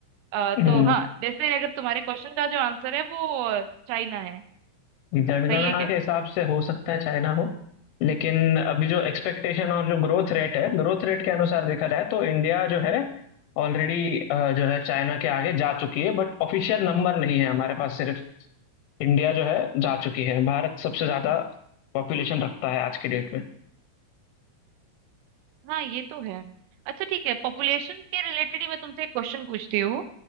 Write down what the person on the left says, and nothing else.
हम्म,
हम्म।
जनगणना
के हिसाब से हो सकता है चाइना हो लेकिन अभी जो एक्सपेक्टेशन और जो ग्रोथ रेट है ग्रोथ रेट के अनुसार देखा जाए तो इंडिया जो है ऑलरेडी जो है चाइना के आगे जा चुकी है बट ऑफिशियल नंबर नहीं है हमारे पास सिर्फ इंडिया जो है जा चुकी है भारत सबसे ज्यादा पॉपुलेशन रखता है आज के डेट में